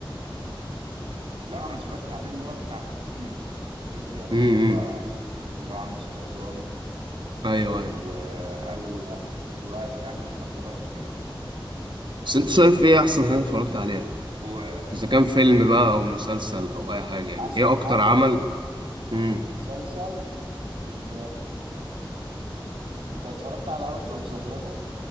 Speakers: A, on the right (about 80°); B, on the right (about 60°).
A: لا انا اتفرجت عليه اللي هو بتاع عالم الفيزياء اللي
B: امم
A: هو اكتشف اللي هو عنده سرطان
B: ايوه ايوه
A: وقال اللي هو بيعمل مخدرات وكده يعني
B: بس انت شايف ايه احسن حاجه اتفرجت عليها
A: و...
B: اذا كان فيلم بقى او مسلسل او اي حاجه يعني
A: احسن
B: ايه اكتر
A: حاجة
B: عمل امم
A: مسلسل ال- انت اتفرجت على هاوس اوف ذا دراجون